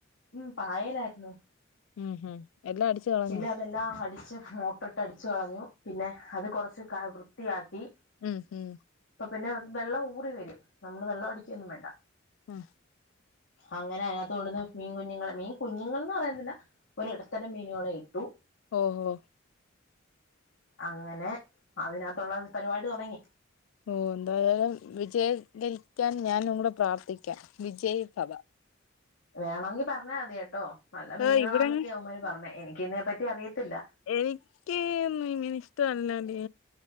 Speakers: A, on the left (about 65°); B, on the left (about 80°).
A: ഉം പായലായിരുന്നു.
B: ഉം ഹം എല്ലാം അടിച്ചു കളഞ്ഞു.
A: പിന്നെ അതെല്ലാം അടിച്ച് മോട്ടറിട്ട് അടിച്ചു കളഞ്ഞു. പിന്നെ അത് കുറച്ച് വൃത്തിയാക്കി.
B: ഉം ഹം
A: അപ്പൊ പിന്നെ വെള്ളം ഊറി വരും നമ്മള് വെള്ള അടിക്കൊന്നും വേണ്ട
B: ഉം
A: അങ്ങനെ അതിനകത്ത് കൊണ്ടന്ന് മീൻ കുഞ്ഞുങ്ങള്െ മീൻ കുഞ്ഞുങ്ങൾന്ന് പറയുന്നില്ല ഒരിടത്തര മീനുകളെ ഇട്ടു
B: ഓഹോ
A: അങ്ങനെ അതിനകത്തുള്ള പരിപാടി തുടങ്ങി
B: ഓ എന്തായാലും വിജയ ാ ഞാനും കൂടെ പ്രാർത്ഥിക്കും വിജയ് ഭവ
A: വേണമെങ്കി പറഞ്ഞാ മതി കേട്ട് കേട്ടോ നല്ല മീനുകളാന്നൊക്കെ
B: ഏ ഇവിടെ
A: അവമാര് പറഞ്ഞ എനിക്ക് ഇ തിനെ പറ്റി അറിയത്തില്ല
B: എനക്ക് ഇങ്ങെ ഇഷ്ട അല്ലഡി